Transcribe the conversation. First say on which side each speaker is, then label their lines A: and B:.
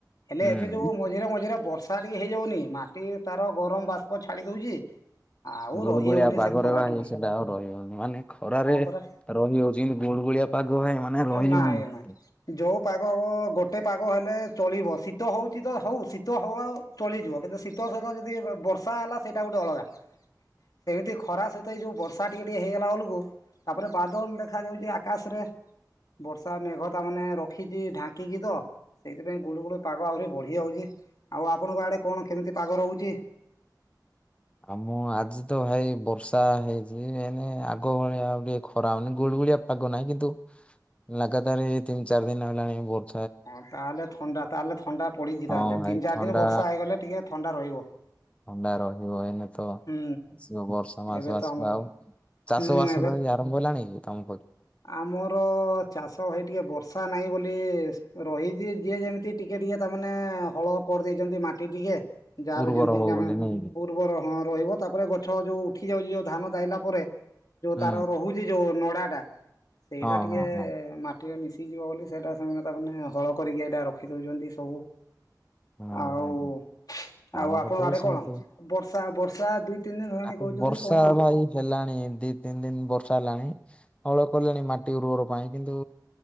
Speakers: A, on the left; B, on the left.
A: ହେଲେ
B: ହୁଁ
A: ଏବେ ଯୋଉ ମଝିରେ ମଝିରେ ବର୍ଷା ଟିକେ ହେଇଯାଉନି ମାଟି ତାର ଗରମ ବାଷ୍ପ ଛାଡି ଦଉଛି। ଆଉ
B: ଗୁଳ
A: ରହି
B: ଗୁଳିଆ
A: ହଉନି
B: ପାଗରେ
A: ସେ ଖରାଠୁ
B: ବା ହେ ସେଟା ଆଉ ରହିିବନି ମାନେ ଖରାରେ
A: ହଁ ପରା
B: ରହିହଉଛି କିନ୍ତୁ ଗୁଳ ଗୁଳିଆ ପାଗ ଭାଇ ମାନେ ରହିହଉନି।
A: ନାଇଁ ନାଇଁ ଯୋଉ ପାଗ ଗୋଟେ ପାଗ ହେଲେ ଚଳିବ ଶୀତ ହଉଛି ତ ହଉ ଶୀତ ହଉ ଚଳିଯିବ କିନ୍ତୁ ଶୀତ ସହିତ ଯଦି ବର୍ଷା ହେଲା ସେଇଟା ଗୋଟେ ଅଲଗା। ସେଇଠି ଖରା ସହିତ ଏଇ ଯୋଉ ବର୍ଷା ଟିକେ ଟିକେ ହେଇଗଲା ବେଳକୁ ତାପରେ ବାଦଲ ଦେଖାଯାଉଛି ଆକାଶରେ, ବର୍ଷା ମେଘ ତା ମାନେ ରଖିଛି ଢାଙ୍କ କି ତ ସେଇଥିପାଇଁ ଗୁଳୁ ଗୁଳୁ ପାଗ ଆହୁରି ବଢିଯାଉଛି ଆଉ ଆପଣଙ୍କ ଆଡେ କଣ କେମତି ପାଗ ରହୁଛି?
B: ଆଉ ମୁଁ ଆଜି ତ ଭାଇ ବର୍ଷା ହେଇଚି ଏଇନେ ଆଗ ଭଳିଆ ଆଉ ଟିକେ ଖରା ହଉନି ଗୁଳି ଗୁଳିଆ ପାଗ ନାହିଁ କିନ୍ତୁ ଲାଗାତାର ଏଇ ତିନି ଚାରି ଦିନ ହେଲାଣି ଭୋଉତ୍
A: ହଁ ତାହେଲେ ଥଣ୍ଡା ତାହେଲେ ଥଣ୍ଡା ପଡିଛି
B: ହଁ
A: ତାହେଲେ
B: ଭାଇ
A: ତିନି ଚାରି
B: ଥଣ୍ଡା
A: ଦିନି ବର୍ଷା ହେଇଗଲେ ଟିକେ ଥଣ୍ଡା ରହିବ।
B: ଥଣ୍ଡା ରହିବ ଏଇନେ ତ ଆସିବ
A: ହୁଁ
B: ବର୍ଷା ମାସ
A: ଏବେ ତ
B: ଆସିବ
A: ଆମର
B: ଆଉ। ଚାଷ
A: ହୁଁ
B: ବାସ
A: ଏବେ
B: ଭାଇ ଆରମ୍ଭ ହେଲାଣି କି ତମ ପ
A: ଆମର ଚାଷ ଭାଇ ଟିକେ ବର୍ ଥା ନାହିଁ ବୋଲି ସ୍ ରହିଛି ଯିଏ ଯେମିତି ଟିକେ ଟିକେ ତାମାନେ ହଳ କରିଦେଇଛନ୍ତି ମାଟି ଟିକେ। ଯାହାର
B: ଉର୍ବର
A: ଯେମିତିକିି
B: ହବ
A: ଆମେ
B: ବୋଲି ନାଇଁ କି
A: ଉର୍ବର ହଁ ରହିବ ତାପରେ ଗଛ ଯୋଉ ଉଠି ଯାଉଚି ଯୋଉ ଧାନ ଦାଇଲା ପରେ ଯୋଉ
B: ହୁଁ
A: ତାର ରହୁଛି ଯୋଉ ନଡାଟା ସେଇଟା
B: ହଁ
A: ଟିକେ
B: ହଁ ହଁ।
A: ମାଟିରେ ମିଶି ତି ଯିବ ବୋଲି ସେଇଟା ସେମାନେ ତାକୁ ମାନେ ହଳ କରିକି ଏଇଟା ରଖିଦଉଛନ୍ତି ସବୁ
B: ହଁ
A: ଆଉ
B: <unintelligible>
A: ଆଉ
B: ଆମ
A: ଆପଣଙ୍କ
B: ପଟେ
A: ଆଡେ
B: ବି ସେମତି
A: କଣ ବର୍ଷା ବର୍ଷା ଦୁଇ ତିନି ଦିନ ହେଲାଣି
B: ଆଗୁକୁ
A: କହୁଛନ୍ତି
B: ବର୍ଷା
A: କଣ?
B: ଏ ଭାଇ ହେଲାଣି ଦି ତିନି ଦିନ ବର୍ଷା ହେଲାଣି ହଳ କଲେଣି ମାଟି ଉର୍ବର ପାଇଁ କିନ୍ତୁ